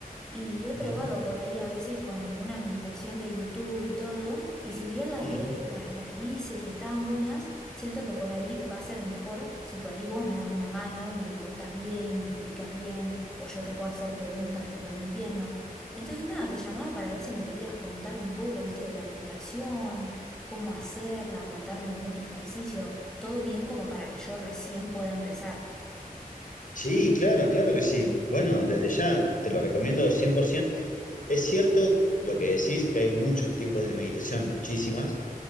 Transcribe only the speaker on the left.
Ujú,
ujú.
Sí, claro, claro que sí. Bueno, desde ya te lo recomiendo 100%. Es cierto lo que decís, que hay muchos tipos de meditación, muchísimas,